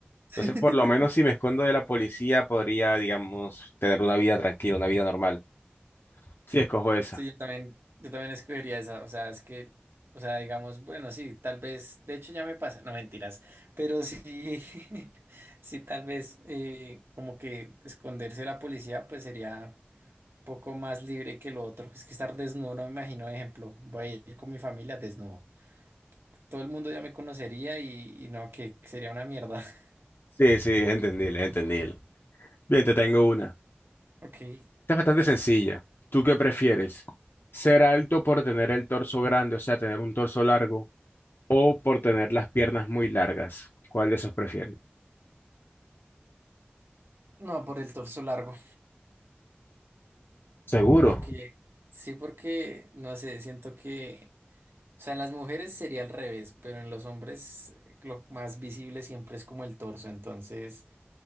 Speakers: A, on the left; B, on the right.
A: Entonces,
B: <laughs>
A: por lo menos si me escondo de la policía, podría, digamos, tener una vida tranquila, una vida normal. Sí, escojo esa.
B: Sí, yo también, yo también escogería esa. O sea, es que, o sea, digamos, bueno, sí, tal vez, de hecho ya me pasa, no mentiras, pero sí, <laughs> sí, tal vez eh, como que esconderse de la policía, pues sería un poco más libre que lo otro. Es que estar desnudo, no me imagino, ejemplo, voy a ir con mi familia desnudo. Todo el mundo ya me conocería y, y no, que sería una mierda. <laughs>
A: Sí, sí, es entendible, es entendible. Bien, te tengo una.
B: Ok.
A: Esta es bastante sencilla. ¿Tú qué prefieres? ¿Ser alto por tener el torso grande, o sea, tener un torso largo, o por tener las piernas muy largas? ¿Cuál de esos prefieres?
B: No, por el torso largo.
A: Seguro.
B: Porque,
A: <laughs>
B: sí, porque, no sé, siento que, o sea, en las mujeres sería al revés, pero en los hombres eh, lo más visible siempre es como el torso. Entonces,